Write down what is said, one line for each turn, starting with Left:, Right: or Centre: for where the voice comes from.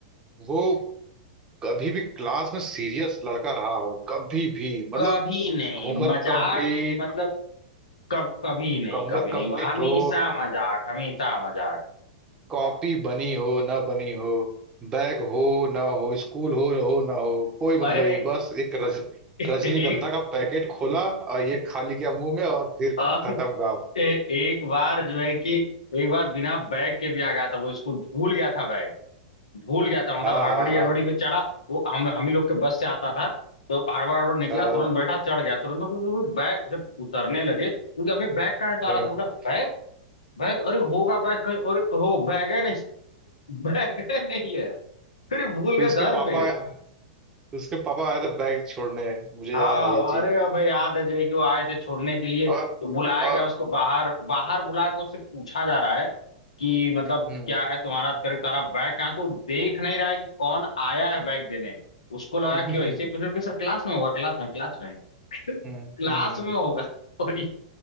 Right: वो कभी भी क्लास में सीरियस लड़का रहा हो कभी भी मतलब
Left: कभी नहीं
Right: होमवर्क
Left: मजाक
Right: कंप्लीट
Left: मतलब कब कभी नहीं
Right: होमवर्क
Left: कभी नहीं
Right: कंप्लीट
Left: हमेशा
Right: हो
Left: मजाक हमेशा मजाक
Right: कॉपी बनी हो ना बनी हो बैग हो ना हो स्कूल हो हो ना हो कोई मतलब
Left: अरे
Right: नहीं बस एक रज,
Left: <laughs>
Right: रजनीगंधा
Left: एक
Right: का पैकेट खोला और ये खा लिया मुंह में और फिर
Left: हाँ,
Right: खत्म काम
Left: ए, एक बार जो है कि एक बार बिना बैग के भी आ गया था वो स्कूल भूल गया था बैग भूल गया था मतलब
Right: हाँ
Left: हड़बड़ी
Right: हाँ हाँ
Left: हड़बड़ी में चढ़ा वो हम हम ही लोग के बस से आता था तो हड़बड़ हड़बड़ निकला
Right: हाँ,
Left: तुरंत बैठा चढ़ गया तुरंत तो वो बैग जब उतरने लगे क्योंकि अभी बैग कहाँ है तो आ
Right: हाँ।
Left: रहा तो बोला बैग बैग अरे होगा बैग कहीं और हो बैग है नहीं <laughs> बैग है नहीं है फिर भूल
Right: फिर
Left: गए
Right: उसके
Left: घर
Right: पापा
Left: पे
Right: उसके पापा आए थे बैग छोड़ने मुझे
Left: हाँ
Right: याद है ये चीज
Left: अरे हमें याद है जो है कि वो आए थे छोड़ने के लिए
Right: और,
Left: तो बुलाया
Right: और
Left: गया उसको बाहर बाहर बुला के उससे पूछा जा रहा है कि मतलब
Right: हम्म
Left: क्या है तुम्हारा करे तुम्हारा बैग कहाँ है? तो देख नहीं रहा है कि कौन आया है बैग देने उसको लगा
Right: <laughs>
Left: कि वैसे ही कुछ ना कुछ, सर क्लास में होगा क्लास में क्लास में <laughs> क्लास
Right: हम्म हम्म हम्म,
Left: में होगा <laughs> और ये